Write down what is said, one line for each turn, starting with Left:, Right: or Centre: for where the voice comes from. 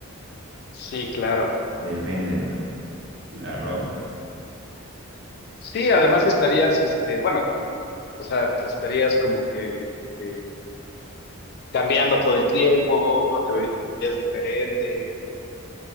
Left: Sí, claro.
Right: Depende la, la ropa.
Left: Sí, además estarías, este, bueno, o sea, te estarías como que eh, cambiando todo el tiempo, te verías diferente.